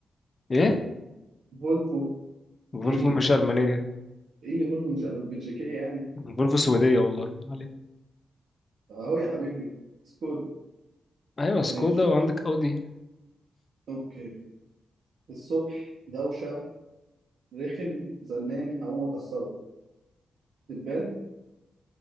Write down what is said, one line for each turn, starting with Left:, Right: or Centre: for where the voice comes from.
Left: ايه
Right: فولفو
Left: فولفو
Right: إيه؟
Left: مش المانيه
Right: إيه اللي فولفو مش ألمان- بلجيكية يعني؟
Left: فولفو سويديه والله ما علينا
Right: أهو يا حبيبي سكودا
Left: ايوه سكودا
Right: ماشي
Left: وعندك اودي
Right: أوكي الصبح دوشة رخم زنان هقوم أكسره دبان